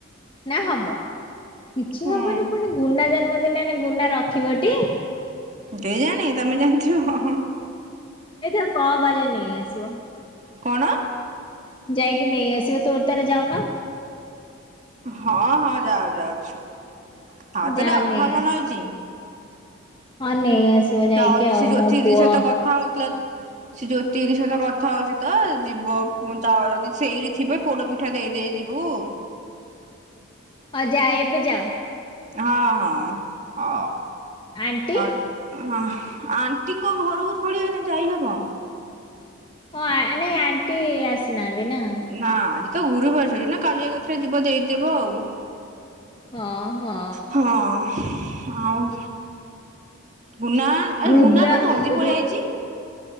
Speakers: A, on the left; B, on the right.
A: ନା ହବ କିଛି
B: ହୁଁ
A: ହବନି ପୁଣି ଗୁନା ଜନ୍ମଦିନ ହେ ଗୁନା ରଖିବଟି
B: କେ ଜାଣି ତମେ ଜାଣିଥିବ। ହ ହ
A: ଏଇଥିରେ କ ବା ଯେ ନେଇ ଆସିବ
B: କଣ?
A: ଯାଇ କିି ନେଇଁ ଆସବୁ ତୋରତାର ଯାଉନ
B: ହଁ ହଁ ଯାଉ ଯାଉଛି ହାତଟା
A: ଯା
B: ଅଠାବନ
A: ନେଇ ଆସ।
B: ହେଇଛି
A: ହଁ ନେଇ ଆଶିବ ଯାଇକି
B: ଯାଉଛି
A: ଆଉ
B: ସେ ଜ୍ୟୋତି
A: ମୋ
B: ଦିଦି
A: ପୁଅ
B: ସହିତ କଥା ହଉଥିଲା ସେ ଜ୍ୟୋତିଦି ସହିତ କଥା ହଉଚି ତ ଯିବ ଚାଉଳ ଯଦି ସେଇଠୀ ଥିବେ ପୋଡ଼ ପିଠା ଦେଇ ଦେଇେ ଯିବୁ
A: ହ ଯାଆ ଏବେ ଯାଅ
B: ହଁ ହଁ ହଁ
A: ଆଣ୍ଟି
B: ଆ ଅ ଆଣ୍ଟିଙ୍କ ଘରକୁ ଥଳିଏଇନ ଯାଇହବ
A: ହଁ ଆ ନାଇଁ ଆଣ୍ଟି ଆସିନାହାନ୍ତି ନା
B: ନା ଆଜି ତ ଗୁରୁବାରସଛି ନା କାଲିଆ କଥରେ ଯିବ ଦେଇଦବ ଆଉ
A: ହଁ ହଁ
B: ହଁ ଆଉ ଗୁନା ଆ
A: ରୁଦ୍ର
B: ଗୁନା କ ଜଲ୍ଦି ପଳିଆ
A: ରୁ
B: ଆଇଛି